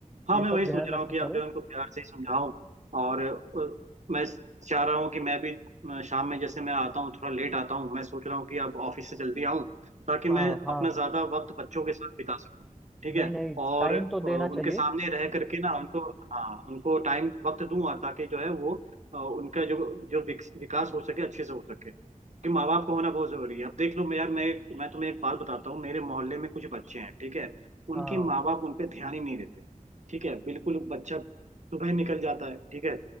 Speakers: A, on the right (about 55°); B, in the centre.
A: हाँ
B: ये
A: मैं
B: सब
A: वही
B: ध्यान
A: सोच रहा
B: रखा
A: हूँ कि अब
B: करो
A: जो है उनको प्यार से ही समझाऊं और अ, मैं चाह रहा हूँ कि मैं भी अ, शाम में जैसे मैं आता हूँ थोड़ा लेट आता हूँ मैं सोच रहा हूँ कि अब ऑफिस से जल्दी आऊँ ताकि मैं
B: हाँ हाँ
A: अपना ज्यादा वक्त बच्चों के साथ बिता सकूँ ठीक
B: नहीं
A: है
B: नहीं
A: और
B: टाइम
A: अ,
B: तो
A: उनके
B: देना चाहिए
A: सामने रह करके ना उनको हाँ उनको टाइम वक्त दूँ ताकि जो है वो अ, उनका जो जो विक- विकास हो सके अच्छे से हो सके क्योंकि माँ बाप का होना बहुत जरूरी है अब देख लो मैं यार मैं मैं तुम्हें एक बात बताता हूँ मेरे मोहल्ले में कुछ बच्चे हैं ठीक है उनके
B: हाँ
A: माँ बाप उन पे ध्यान ही नहीं देते ठीक है बिल्कुल बच्चा सुबह निकल जाता है ठीक है